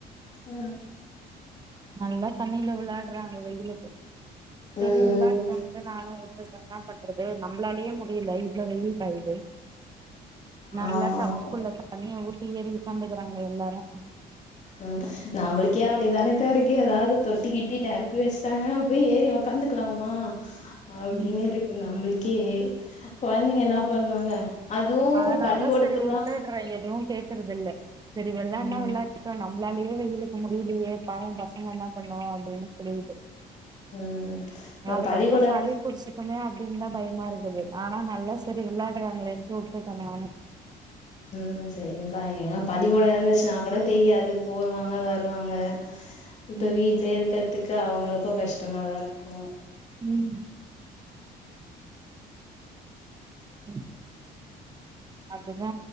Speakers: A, on the left; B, on the right.
A: அ
B: நல்லா தண்ணில விளாட்றாங்க வெயிலுக்கு செரி
A: ம்
B: விளாட்டு
A: ம்
B: நானு உட்டுட்டே என்னா பண்றது நம்பளாலேயே முடியல இவ்ளோ வெயில் காயுது நல்லா
A: ஆமாக்கா
B: டப்புக்குள்ள தண்ணிய ஊத்தி ஏறி உக்காந்துக்குறாங்க எல்லாரு
A: அ நம்மளுக்கே அப்டி தானக்கா இருக்கு எதாவ்து தொட்டிக்கிட்டி நெரம்பி வெச்சுட்டாங்கனா போய் ஏறி ஒக்காந்து க்லாமா அப்டின்னு
B: ம்
A: இருக்கு நம்ளுக்கே கொழந்தைங்க என்ன பண்ணுவாங்க அதுவு
B: அதனால
A: பள்ளிக்கூடத்துக்குல்லா
B: தா செரி வுட்டுட்றே எதுவு கேக்குறதில்ல செரி வெளாட்னா
A: ம்
B: வெளாட் டு நம்மளாலயே வெயிலுக்கு முடியலையே பாவ பசங்க என்ன பண்ணு அப்டின்னு சொல்லிக்கிட்டு
A: ம் இப்ப
B: அதுக்கப்றோ
A: பள்ளிக்கூடம்
B: சளிப் புடிச்சுக்குமே அப்டின்தா பயமா இருந்தது ஆனா நல்லா செரி விளாட்றாங்களேன்ட்டு வுட்டுடே நானு
A: ம் சேரிங்க்கா எங்க பள்ளிக்கூட இருந்துச்சுனா கூட தெரியாது போவாங்க வருவாங்க இப்ப
B: ம்
A: வீட்லே இருக்கற்த்துக்கு அவுங்களுக்கு கஷ்டமாதா இருக்கு
B: ம் ம் அப்டிதா